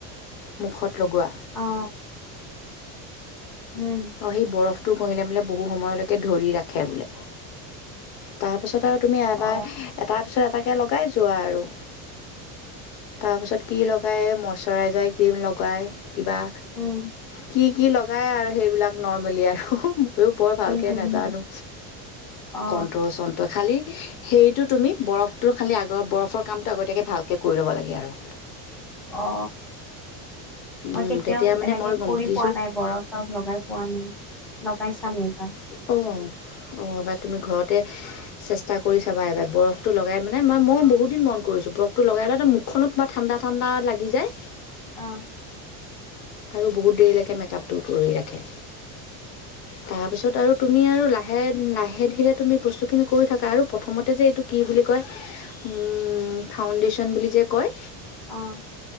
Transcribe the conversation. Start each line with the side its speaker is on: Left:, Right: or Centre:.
Left: মুখত লগোৱা।
Centre: অ উম।
Left: অঁ, সেই বৰফটো ঘহিলে বোলে বহু সময়লৈকে ধৰি ৰাখে বোলে। তাৰপিছত আৰু তুমি এবাৰ
Centre: অ
Left: এটাৰ পিছত এটাকে লগাই যোৱা আৰু। তাৰপাছত কি লগাই মইশ্বৰাইজাৰ ক্ৰীম লগায় কিবা।
Centre: উম।
Left: কি, কি লগাই আৰু সেইবিলাক নৰ্মেলি আৰু। মইও, বৰ ভালকে
Centre: উম হুম
Left: নাজানো,
Centre: হুম অ
Left: কন্তৰ চন্ত্ৰৰ খালি সেইটো তুমি বৰফটোৰ খালি আগৰ বৰফৰ কামটো আগতীয়াকৈ ভালকৈ কৰি ল'ব লাগে আৰু।
Centre: অ, মই
Left: উম,
Centre: কেতিয়াও
Left: তেতিয়া মানে
Centre: এনেকে
Left: মই গম
Centre: কৰি
Left: বুজিছোঁ
Centre: পোৱা নাই বৰফ চব লগাই পোৱা নাই, লগাই চাম এইবাৰ।
Left: অ', অ', নাই তুমি ঘৰতে চেষ্টা কৰি চাবা এবাৰ বৰফ টো, লগাই মানে মই, মই
Centre: অ
Left: বহুত দিন মন কৰিছোঁ বৰফটো লগাই মুখখনো ঠাণ্ডা, ঠাণ্ডা লাগি যায়।
Centre: অ'।
Left: আৰু বহুত দেৰিলেকে মেকআপটো কৰি ৰাখে, তাৰপিছত আৰু তুমি আৰু লাহে, লাহে ধীৰে তুমি বস্তুখিনি কৰি থাকা আৰু প্ৰথমতে যে এইটো কি বুলি কয় উম, ফাউণ্ডেশ্যন বুলি যে কয়!
Centre: অ'।